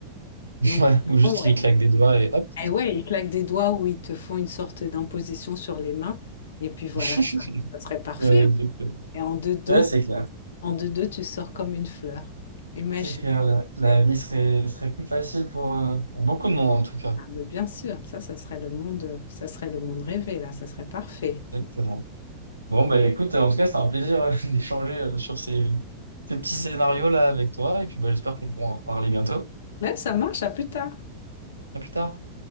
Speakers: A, on the right; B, on the left.
A: <laughs>
B: Donc,
A: Ouais, ou juste
B: ouais.
A: il claque des doigts et hop.
B: Eh ouais, ils claquent des doigts où ils te font une sorte d'imposition sur les mains. Et puis voilà,
A: <laughs>
B: ça serait parfait.
A: Ouais,
B: hein.
A: exactement.
B: Et en deux-deux,
A: Ouais, c'est clair.
B: en deux-deux, tu sors comme une fleur. Imagine.
A: C'est clair, la, la vie serait, serait plus facile pour, euh, pour beaucoup de monde en tout cas.
B: Ah, mais bien sûr, ça, ça serait le monde, ça serait le monde rêvé, là, ça serait parfait.
A: Exactement. Bon, bah écoute, en tout cas, c'est un plaisir euh, <laughs> d'échanger euh, sur ces, ces petits scénarios-là avec toi. Et puis, bah, j'espère qu'on pourra en reparler bientôt.
B: Là, ça marche, à plus tard.
A: À plus tard.